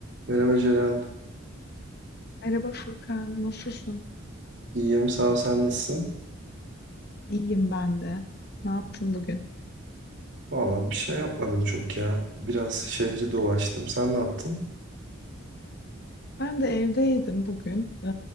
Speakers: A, on the right; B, on the left.
A: Merhaba Ceren.
B: Merhaba Furkan, nasılsın?
A: İyiyim, sağ ol. Sen nasılsın?
B: İyiyim ben de. Ne yaptın bugün?
A: Valla bir şey yapmadım çok ya. Biraz şehri dolaştım. Sen ne yaptın?
B: Ben de evdeydim bugün. Ee,